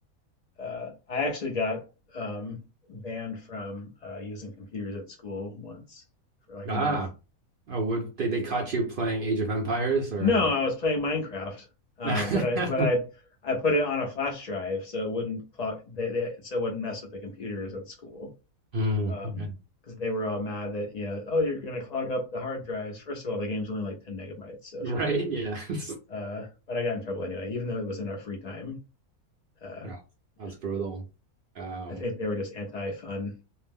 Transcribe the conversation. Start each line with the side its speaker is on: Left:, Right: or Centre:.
Left: Uh, I actually got um, banned from uh, using computers at school once for like
Right: Ah,
Left: a month
Right: oh, what they they caught you playing Age of Empires or?
Left: No, I was playing Minecraft, uh,
Right: <laughs>
Left: but I but I
Right: Mm,
Left: I put it on a flash drive so it wouldn't clock they, they so it wouldn't mess with the computers at school
Right: yeah.
Left: because they were all mad that you know oh you're gonna clog up the hard drives. First of all, the game's only like ten megabytes, so
Right: right,
Left: shut up.
Right: yeah. <laughs>
Left: Uh, but I got in trouble anyway, even though it was in our free time. Uh,
Right: Yeah,
Left: yeah,
Right: That's brutal. Um.
Left: I think they were just anti fun.